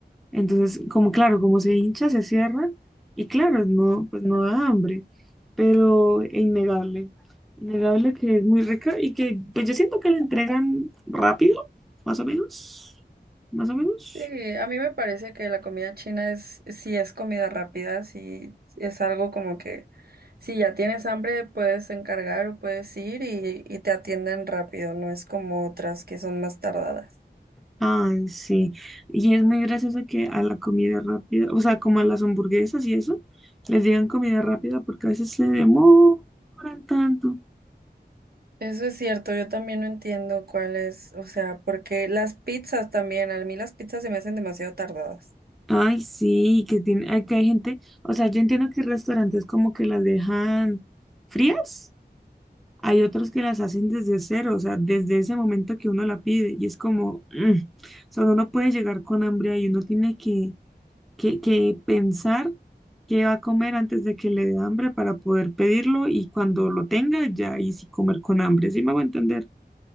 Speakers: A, in the centre; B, on the right.
A: Entonces, como claro, como se hincha, se cierra y claro, no, pues no da hambre, pero es innegable, innegable que es muy rica y que pues yo siento que la entregan rápido, más o menos, más o menos.
B: Sí, a mí me parece que la comida china es, si es comida rápida, si es algo como que si ya tienes hambre puedes encargar o puedes ir y, y te atienden rápido, no es como otras que son más tardadas.
A: Ay, sí. Y es muy gracioso que a la comida rápida, o sea, como a las hamburguesas y eso, les digan comida rápida porque a veces se demoran tanto.
B: Eso es cierto, yo también no entiendo cuál es, o sea, porque las pizzas también, a mí las pizzas se me hacen demasiado tardadas.
A: Ay, sí, que tiene, ay, que hay gente, o sea, yo entiendo que restaurantes como que las dejan frías, hay otros que las hacen desde cero, o sea, desde ese momento que uno la pide, y es como, mm, o sea, uno no puede llegar con hambre ahí, uno tiene que, que, que pensar qué va a comer antes de que le dé hambre para poder pedirlo, y cuando lo tenga, ya ahí sí comer con hambre, ¿sí me voy a entender?